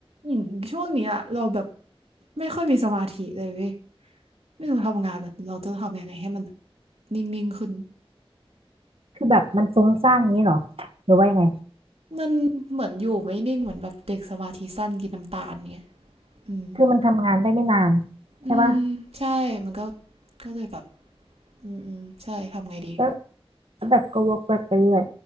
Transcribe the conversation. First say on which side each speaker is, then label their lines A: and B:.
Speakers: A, on the right (about 85°); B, on the right (about 70°).
A: อย่างช่วงเนี้ยเราแบบไม่ค่อยมีสมาธิเลยเว้ยไม่รู้ทำงานแบบเราจะทำยังไงให้มันแบบนิ่งๆขึ้น
B: คือแบบมันฟุ้งซ่านงี้เหรอหรือว่ายังไง
A: มันเหมือนอยู่ไม่นิ่งเหมือนแบบเด็กสมาธิสั้นกินน้ำตาลเงี้ยอืม
B: คือมันทำงานได้ไม่นานใช่ปะ
A: อืมใช่มันก็ก็เลยแบบอืมอืมใช่ทำไงดี
B: แล้วแล้วแบบก็วกไปไปเรื่อย